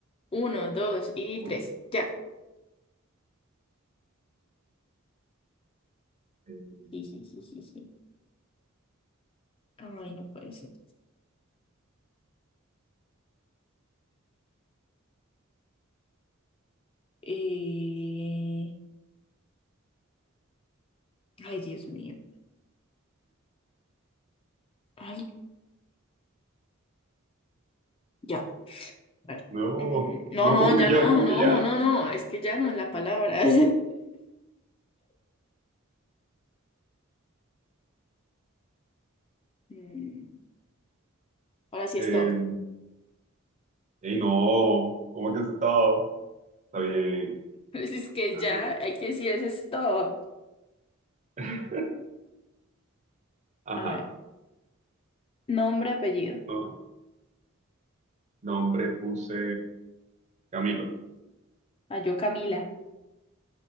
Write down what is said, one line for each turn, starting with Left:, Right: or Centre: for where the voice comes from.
Left: Uno, dos y
Right: Uy,
Left: tres. Ya.
Right: eh,
Left: Jijijiji. Ay, no puede ser. Eh, Ay, Dios mío. Ay, ya. A ver.
Right: No,
Left: Mm, No,
Right: no,
Left: no,
Right: ¿cómo
Left: ya
Right: que ya?
Left: no,
Right: ¿Cómo
Left: no,
Right: que ya?
Left: no, no. Es que ya no es la palabra. <laughs> Mm, Ahora sí,
Right: Eh,
Left: stop.
Right: ey, no, ¿cómo que stop? Está bien.
Left: <laughs> Pues es que
Right: Ajá,
Left: ya, hay que decir eso es todo.
Right: <laughs> ajá.
Left: A ver, nombre, apellido.
Right: No. Nombre puse Camilo.
Left: Ah, yo Camila.